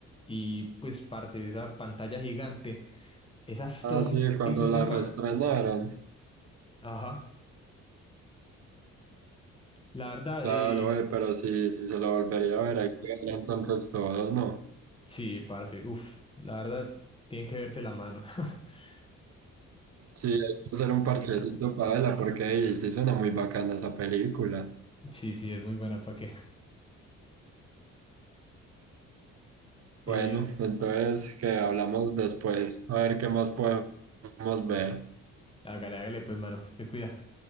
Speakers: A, on the left (about 20°); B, on the right (about 55°).
A: Y pues, parce, esa pantalla gigante, esas
B: Ah,
A: tomas
B: sí,
A: que
B: cuando
A: hizo ese
B: la
A: man.
B: reestrenaron.
A: Ajá. La verdad,
B: Ah,
A: eh,
B: oye, pero sí, sí se la volvería a ver, hay que verla entonces todos, ¿no?
A: sí, parce, uff, la verdad, tiene que verse la mano. <laughs>
B: Sí, hay que hacer un parchecito para verla, porque ey, sí suena muy bacana esa película.
A: Sí, sí, es muy buena, ¿para qué? Eh,
B: Bueno, entonces que hablamos después, a ver qué más podemos ver.
A: hágale, hágale, pues, mano, se cuida.